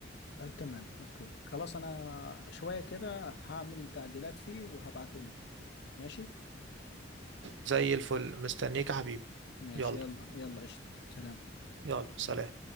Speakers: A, on the left; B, on the right.
A: آه تمام اوكي خلاص انا شوية كده هعمل تعديلات فيه وهبعته لك ماشي
B: زي الفل مستنيك يا حبيبي
A: ماشي
B: يلا
A: يلا يلا قشطة سلام
B: يلا سلام